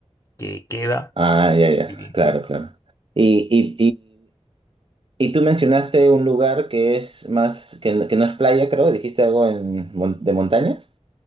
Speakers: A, on the left; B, on the right.
A: que queda
B: Ah, ya, ya,
A: divino.
B: claro, claro. Y, y, y, y tú mencionaste un lugar que es más, que, no que no es playa, creo. ¿Dijiste algo en, mon- de montañas?